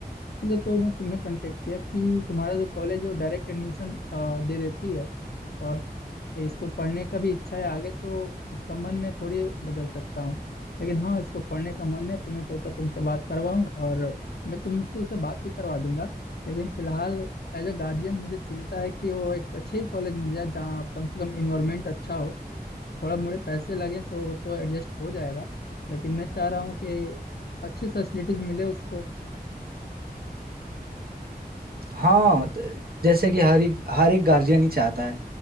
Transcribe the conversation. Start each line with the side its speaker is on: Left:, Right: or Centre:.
Left: इसलिए तो मैं तुम्हें कांटेक्ट किया कि तुम्हारा जो कॉलेज है वो डायरेक्ट एडमिशन दे देती है और इसको पढ़ने का भी इच्छा है आगे तो इसका मन मैं थोड़ी बदल सकता हूँ लेकिन हाँ इसको पढ़ने का मन है तो मैं सोचा तुमसे बात करवाऊँ और मैं तुमसे उसे बात भी करवा दूंगा लेकिन फिलहाल एज अ गार्जियन मुझे चिंता है कि वो एक अच्छे ही कॉलेज मिल जाए जहाँ कम से कम इन्वायरमेंट अच्छा हो थोड़ा मोड़े पैसे लगें तो वो तो एडजस्ट हो जाएगा लेकिन मैं चाह रहा हूँ कि अच्छी फैसिलिटीज मिले उसको
Right: हाँ त- जैसे कि हर एक हर एक गार्जियन ही चाहता है